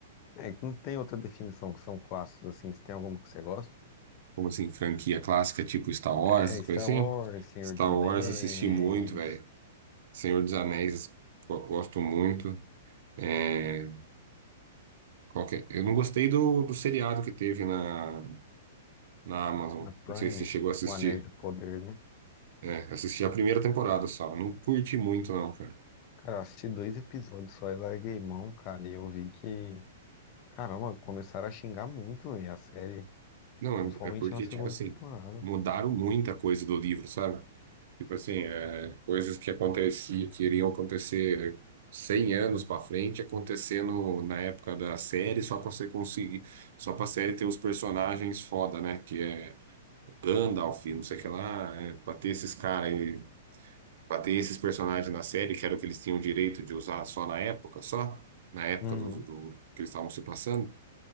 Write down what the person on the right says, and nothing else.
Como assim, franquia clássica tipo Star Wars,
essas
coisas assim?
Star
Wars assisti muito, velho. Senhor dos Anéis, go- gosto muito. É, qual que é? Eu não gostei do, do seriado que teve na na Amazon.
Não sei se você chegou a assistir.
É, assisti a primeira temporada só. Não curti muito, não, cara.
Não,
é, é porque,
tipo assim,
mudaram muita coisa do livro, sabe? Tipo assim, é, coisas que aconteciam, que iriam acontecer 100 anos pra frente, acontecendo na época da série, só pra você conseguir, só pra série ter os personagens foda, né? Que é Gandalf, não sei o que lá, é, pra ter esses caras aí Pra ter esses personagens na série, que era o que eles tinham direito de usar só na época, só, na época
do, do- que eles estavam se passando,